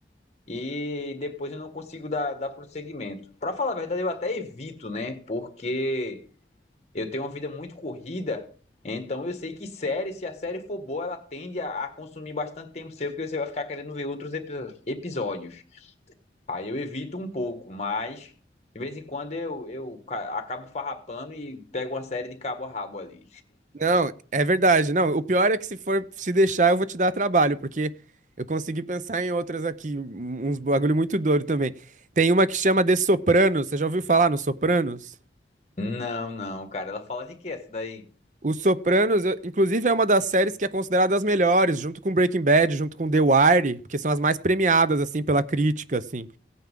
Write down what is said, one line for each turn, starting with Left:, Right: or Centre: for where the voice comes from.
Left: e depois eu não consigo dar, dar prosseguimento. Pra falar a verdade, eu até evito, né? Porque eu tenho uma vida muito corrida, então eu sei que série, se a série for boa, ela tende a, a consumir bastante tempo seu, porque você vai ficar querendo ver outros epi- episódios. Aí eu evito um pouco, mas de vez em quando eu, eu ca- acabo farrapando e pego uma série de cabo a rabo ali.
Right: Não, é verdade. Não, o pior é que se for se deixar, eu vou te dar trabalho, porque eu consegui pensar em outras aqui, um- uns bagulho muito doido também. Tem uma que chama The Sopranos. Você já ouviu falar no Sopranos?
Left: Não, não, cara. Ela fala de que essa daí?
Right: O Sopranos, eu- inclusive, é uma das séries que é considerada as melhores, junto com Breaking Bad, junto com The Wire, porque são as mais premiadas, assim, pela crítica, assim.